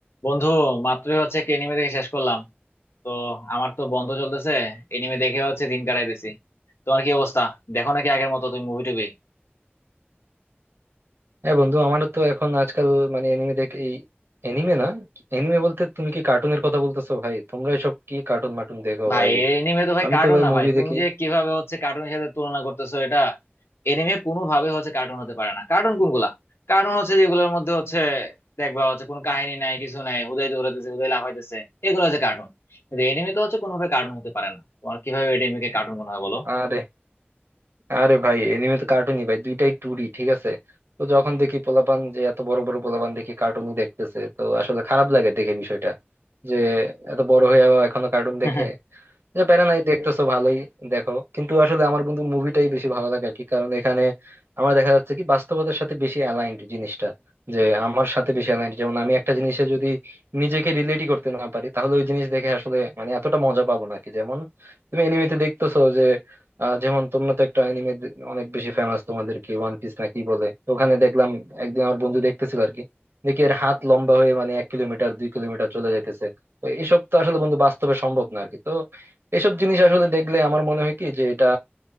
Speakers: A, on the left (about 80°); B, on the right (about 70°).
A: বন্ধু মাত্রই হচ্ছে একটা এনিমে দেখে শেষ করলাম তো আমার তো বন্ধ চলতেছে এনিমে দেখে হচ্ছে দিন কাটাইতেছি তোমার কি অবস্থা দেখো নাকি আগের মতো তুমি মুভি টুবি
B: হ্যাঁ বন্ধু আমারও তো এখন আজকাল মানে এনিমে দেখে এই এনিমে না এনিমে বলতে তুমি কি কার্টুনের কথা বলতেছো ভাই তোমরা এসব কি কার্টুন মার্টুন দেখো
A: ভাই
B: ভাই
A: এনিমে তো ভাই
B: আমি
A: কার্টুন
B: তো ভাই
A: না
B: মুভি
A: ভাই তুমি
B: দেখি
A: যে কিভাবে হচ্ছে কার্টুনের সাথে তুলনা করতেছো এটা এনিমে কোনো ভাবে হচ্ছে কার্টুন হতে পারে না কার্টুন কোনগুলা কার্টুন হচ্ছে যেগুলোর মধ্যে হচ্ছে দেখবা হচ্ছে কোনো কাহিনী নাই কিছু নাই হুদাই দৌড়াইতেছে হুদাই লাফাইতেছে এগুলো হচ্ছে কার্টুন কিন্তু এনিমে তো হচ্ছে কোনোভাবে কার্টুন হতে পারে না তোমার কিভাবে এনিমেকে কার্টুন মনে হয় বলো
B: আরে আরে ভাই এনিমে তো কার্টুনই ভাই দুইটাই টুডি ঠিক আছে তো যখন দেখি পোলাপান যে এত বড় বড় পোলাপান দেখি কার্টুনই দেখতেছে তো আসলে খারাপ লাগে দেখে বিষয়টা যে এত বড় হয়েও এখনো কার্টুন
A: <laughs>
B: দেখে যে প্যারা নাই দেখতেছো ভালোই দেখো কিন্তু আসলে আমার বন্ধু মুভিটাই বেশি ভালো লাগে আর কি কারণ এখানে আমার দেখা যাচ্ছে কি বাস্তবতার সাথে বেশি অ্যালাইন্ড জিনিসটা যে আমার সাথে বেশি অ্যালাইন্ড যেমন আমি একটা জিনিসে যদি নিজেকে রিলেটই করতে না পারি তাহলে ওই জিনিস দেখে আসলে মানে এতটা মজা পাবো না আর কি যেমন তুমি এনিমেতে দেখতেছো যে আহ, যেমন তোমরা তো একটা এনিমে অনেক বেশি ফেমাস তোমাদের কি ওয়ান পিস না কি বলে তো ওখানে দেখলাম একদিন আমার বন্ধু দেখতেছিল আর কি দেখি এর হাত লম্বা হয়ে মানে এক কিলোমিটার দুই কিলোমিটার চলে যাইতেছে তো এসব তো আসলে বন্ধু বাস্তবে সম্ভব না আরকি এসব জিনিস আসলে দেখলে আমার মনে হয় কি যে এটা